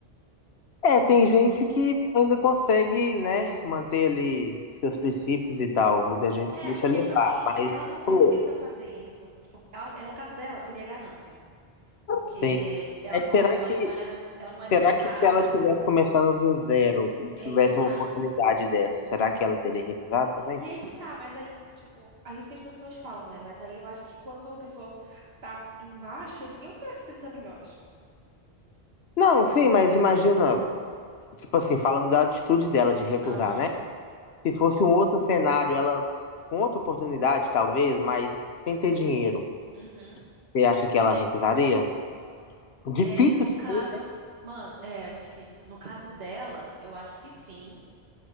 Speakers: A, on the left; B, on the right.
A: É, tem gente que ainda consegue, né, manter ali seus princípios e tal. Muita gente
B: É,
A: se deixa
B: porque,
A: levar,
B: tipo assim,
A: mas,
B: ela não precisa
A: pô,
B: fazer isso. Tipo, ela, é, no caso dela, seria ganância. Porque,
A: sim.
B: ela,
A: Mas
B: óbvio,
A: será
B: ela
A: que,
B: não é, ela não é bilionária.
A: será que se ela tivesse começando do zero e tivesse
B: É aí que tá.
A: uma oportunidade dessa, será que ela teria recusado também?
B: E aí que tá, mas aí que, tipo, aí isso que as pessoas falam, né? Mas aí eu acho que quando a pessoa tá embaixo, ninguém oferece 30 milhões.
A: Não, sim, mas imagina, tipo assim, falando da atitude dela de recusar,
B: Aham.
A: né? Se fosse um outro cenário, ela com outra oportunidade, talvez, mas sem ter dinheiro,
B: Uhum.
A: você acha que ela recusaria? Difícil
B: É, no
A: também,
B: caso,
A: né?
B: mano, é difícil. No caso dela, eu acho que sim,